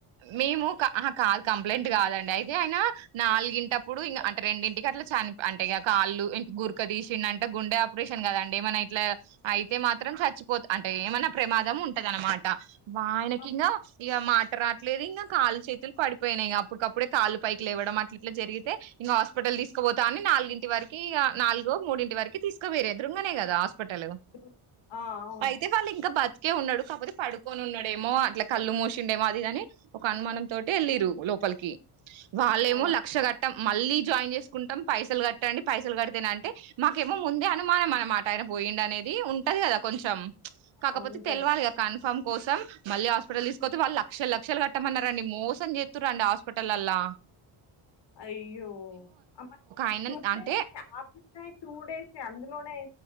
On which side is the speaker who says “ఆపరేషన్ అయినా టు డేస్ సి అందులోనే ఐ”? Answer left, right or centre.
Left